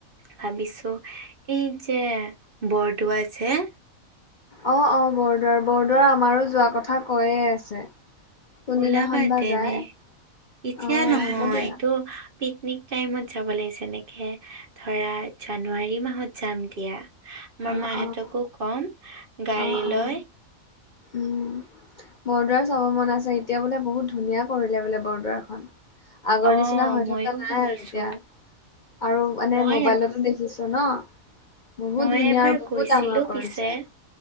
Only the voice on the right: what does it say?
ভাবিছো এই- এই বৰদোৱা যে-
ওলাবা
তেনে।
এতিয়া
নহয়টো-
পিক-নিক টাইমত যাব লাগিছে এনেকে ধৰা জানুৱাৰী মাহত যাম দিয়া। মই
মাঁহতকো
কম, গাড়ী
লৈ।
অ'
ময়ো
শুনিছো
মই
মই
এবাৰ
গৈছিলো
পিছে